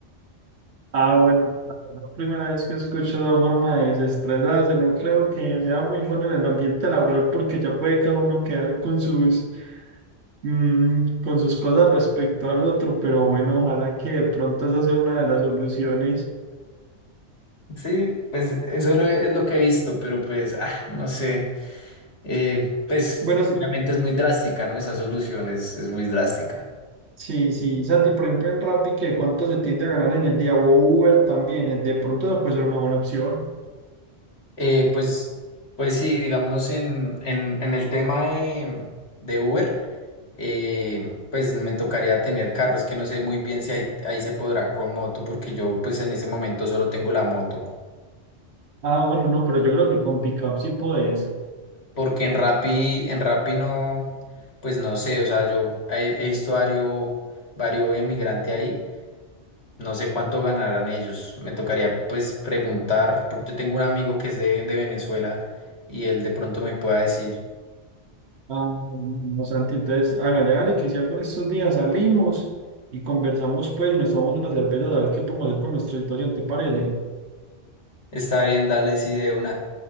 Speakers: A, on the right (about 65°); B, on the left (about 65°).
A: Ah, bueno, la verdad, primera vez que escucho una forma de desestresarse, no creo que sea muy bueno en el ambiente laboral porque ya puede cada uno quedar con sus mm, con sus cosas respecto al otro, pero bueno, ojalá que de pronto esa sea una de las soluciones.
B: Sí, pues eso lo- es lo que he visto, pero pues, ah, no sé. Eh, pues
A: Bueno, s-
B: obviamente es muy drástica, ¿no? Esa solución es, es muy drástica.
A: sí, sí, Santi, por ejemplo, en Rappi, ¿qué cuánto se tiende a ganar en el día? O Uber también, eh, de pronto esa puede ser una buena opción.
B: Eh, pues, pues sí, digamos en, en, en el tema de, de Uber, eh, pues me tocaría tener carro. Es que no sé muy bien si ahí, ahí se podrá con moto, porque yo pues en ese momento solo tengo la moto.
A: Ah, bueno, no, pero yo creo que con Pickup sí podés.
B: Porque en Rappi, en Rappi no, pues no sé, o sea, yo he, he visto varios, varios emigrantes ahí. No sé cuánto ganarán ellos. Me tocaría pues preguntar, porque yo tengo un amigo que es de, de Venezuela y él de pronto me pueda decir
A: Ah, no, Santi, entonces hágale, hágale, que si algo en estos días salimos y conversamos, pues, y nos tomamos una cerveza, a ver qué podemos hacer con nuestra situación, ¿te parece?
B: Está bien, dale, sí, de una.